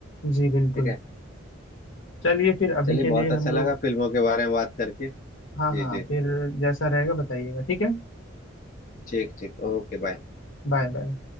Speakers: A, on the left; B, on the left.
A: जी बिल्कुल
B: ठीक है
A: चलिए फिर अभी
B: चलिए
A: के
B: बहुत
A: लिए हम
B: अच्छा
A: लोग
B: लगा फिल्मों के बारे में बात करके जी
A: हाँ हाँ
B: जी
A: फिर जैसा रहेगा बताइएगा ठीक है
B: ठीक ठीक ओके बाय
A: Bye bye